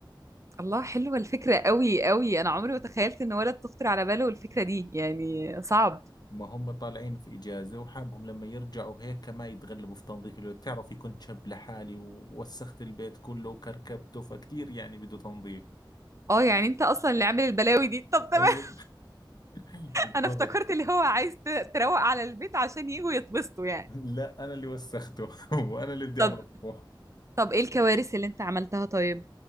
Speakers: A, on the right (about 35°); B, on the left (about 55°).
A: الله حلوة الفكرة قوي قوي أنا عمري ما تخيلت إن ولد تخطر على باله الفكرة دي يعني صعب
B: ما هم طالعين في إجازة وحابهم لما يرجعوا هيك ما يتغلبوا في تنظيف البيت بتعرفي كنت شاب لحالي ووسخت البيت كله وكركبته فكتير يعني بده تنظيف
A: اه يعني انت اصلا اللي عامل البلاوي دي طب تمام
B: ايوه
A: <laughs>
B: <laughs>
A: انا
B: بالضبط
A: افتكرت اللي هو عايز ت- تروق على البيت عشان يجوا يتبسطوا يعني
B: لا أنا اللي وسخته <laughs> وأنا اللي بدي
A: طب
B: أنظفه
A: طب ايه الكوارث اللي انت عملتها طيب